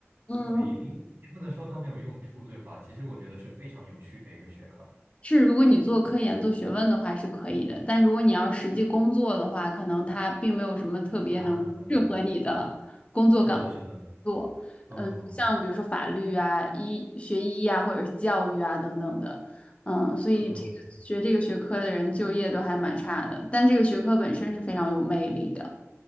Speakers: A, on the left (about 25°); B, on the right (about 50°).
A: 嗯，
B: 所以您也不能说它没有用处，对吧？其实我觉得是非常有趣的一个学科。
A: 是，如果你做科研、做学问的话是可以的，但如果你要实际工作的话，可能它并没有什么特别能适合你的工作岗位
B: 啊，是的，是的，
A: 做。
B: 嗯
A: 嗯，像比如说法律啊、医学医啊，或者是教育啊等等的。嗯，所以这个学这个学科的人就业都还蛮差的，
B: 嗯。
A: 但这个学科本身是非常有魅力的。